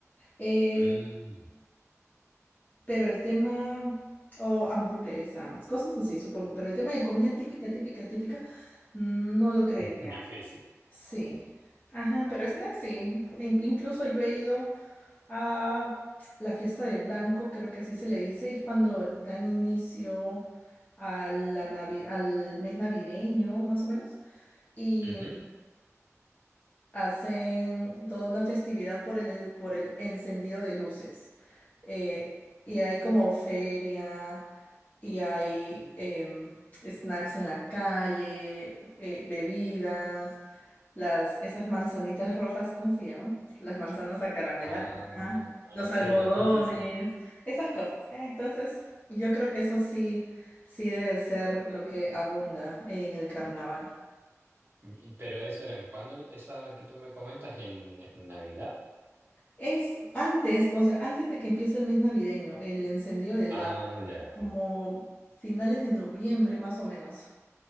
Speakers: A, on the left; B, on the right.
A: Eh,
B: Mm,
A: pero el tema, o hamburguesas, cosas así, supongo, pero el tema de comida típica, típica, típica, no lo creería.
B: difícil.
A: Sí. Ajá, pero snacks sí. In- incluso yo he ido a la fiesta de Blanco, creo que así se le dice, es cuando dan inicio a la Navi- al mes navideño, más o menos y
B: Ujú.
A: hacen toda una festividad por el, por el encendido de luces. Eh, y hay como feria y hay em, snacks en la calle, eh, bebidas, las, esas manzanitas rojas, ¿cómo se llaman? Las manzanas acarameladas,
B: Ah,
A: Ajá. los
B: sí,
A: algodones,
B: <laughs> sí.
A: esas cosas. Eh, Entonces, yo creo que eso sí, sí debe ser lo que abunda en el carnaval.
B: Y- Pero eso era en cuándo, esa que tú me comentas, en, en Navidad.
A: Es antes, o sea, antes de que empiece el mes navideño, el encendido del
B: Ah,
A: lago,
B: ya.
A: como finales de noviembre más o menos.